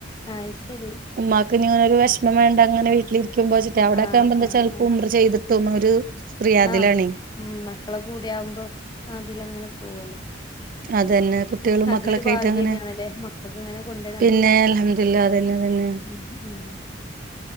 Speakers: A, on the left (about 20°); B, on the right (about 45°).
A: ആയ്ശെരി
B: ഉമ്മാക്കിങ്ങനെ ഒരു വെഷമം വേണ്ടാ അങ്ങനെ വീട്ടിലിരിക്കുമ്പോച്ചിട്ടേ അവടൊക്കാവുമ്പോ
A: ആഹ്
B: എന്താചാൽ
A: ആഹ് ആഹ്
B: ഉംറ ചെയ്ത് തും ഒരു റിയാദിലാണേ
A: ആഹ് ഉം മക്കളെ കൂടി ആവുമ്പോ അതില ങ്ങനെ പോവല്ലോ.
B: അതന്നെ കുട്ടികളും
A: അതൊരു
B: മക്കളൊക്കെ
A: ഭാഗ്യന്നേണ്ല്ലേ
B: ആയിട്ട് അങ്ങനെ
A: മക്കൾക്ക് ഇങ്ങനെ കൊണ്ട് നടക്കാനു
B: പിന്നെ അൽഹംദുലില്ലാ അതന്നെ അതന്നെ
A: ഉം ഉം